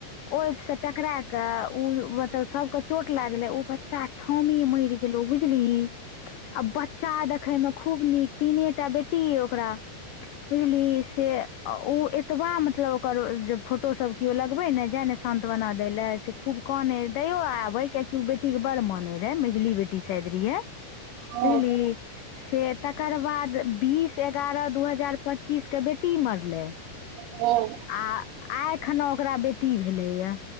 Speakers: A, on the left; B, on the right.
A: ओहि सऽ टकरा कऽ उ मतलब सबके चोट लागले उ बच्चा ठामहि मरि गेलो बुझलीही आ बच्चा देखे में खूब नीक। तीनेटा बेटीए ओकरा। बुझलीही से ओ एतबा मतलब ओकर जे फोटो सब केओ लगबे ने जाय ने सान्त्वना दय ले से खूब कनै दयो आबे कियाकि बेटी कऽ बड़ मान रहे मझली बेटी शयद रहै
B: हूं
A: बुझली
B: हूं
A: से त तकर बाद बीस एगारह दू हजार पच्चीस के बेटी मरलै
B: हूं
A: आ आइ अखनो ओकरा बेटी भेलैए